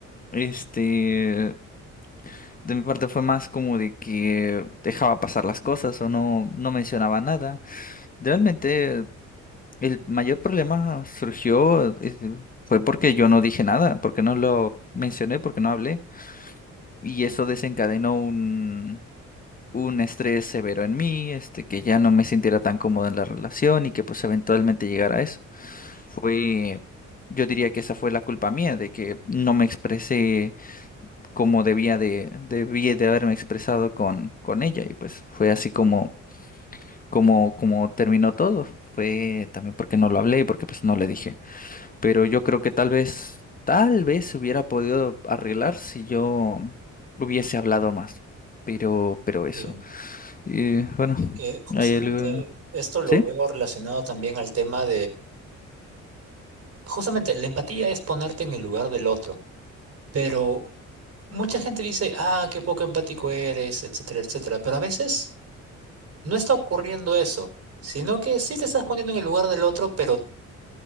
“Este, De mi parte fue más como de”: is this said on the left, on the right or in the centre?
Left